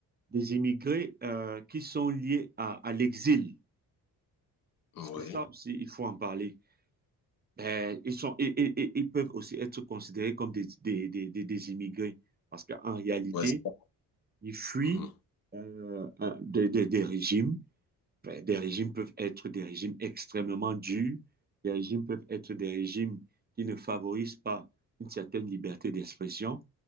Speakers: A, on the right; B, on the left.
A: des immigrés euh, qui sont liés à, à l'exil. Parce
B: oui.
A: que ça aussi, il faut en parler. ben, ils sont, et- et- et- ils peuvent aussi être considérés comme des, des, des, des, des immigrés parce qu'en réalité,
B: Ouais, c'est ça.
A: ils fuient
B: Mhm.
A: euh, un- des, des, des régimes. Ben, des régimes peuvent être des régimes extrêmement durs, des régimes peuvent être des régimes qui ne favorisent pas une certaine liberté d'expression